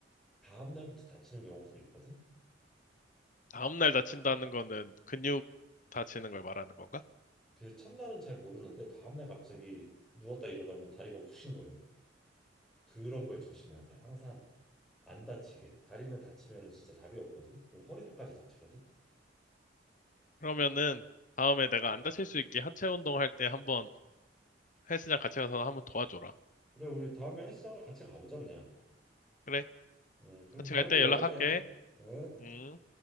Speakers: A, in the centre; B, on the left (about 45°).
A: 다음 날부터 다치는 경우들이 있거든.
B: 다음날 다친다는 거는 근육 다치는 걸 말하는 건가?
A: 그 첫날은 잘 모르는데 다음 날 갑자기 누웠다 일어나면 다리가 욱신거려. 그런 걸 조심해야 돼. 항상 안 다치게. 다리는 다치면은 진짜 답이 없거든. 그리고 허리도까지 다치거든.
B: 그러면은 다음에 내가 안 다칠 수 있게 하체 운동할 때 한번 헬스장 같이 가서 한번 도와줘라.
A: 그래 우리 다음에 헬스장을 같이 가보자 그냥.
B: 그래?
A: 음, 그럼
B: 같이
A: 다음에
B: 갈 때
A: 또 연락해.
B: 연락할게.
A: 응?
B: 음.